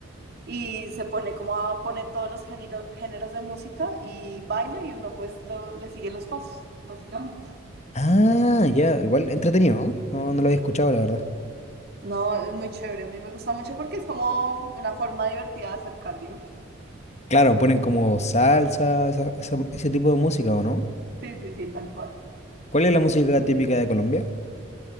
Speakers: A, on the right; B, on the left.
A: y se pone como a poner todos los género- géneros de música y baila y uno pues lo, le sigue los pasos, básicamente.
B: Ah, ya, igual entretenido, ¿no? No, no lo había escuchado, la verdad.
A: No, es muy chévere, a mí me gusta mucho porque es como una forma divertida de hacer cardio.
B: Claro, ponen como salsa, esa- esa- ese tipo de música, ¿o no?
A: Sí, sí, sí, tal cual.
B: ¿Cuál es la música típica de Colombia?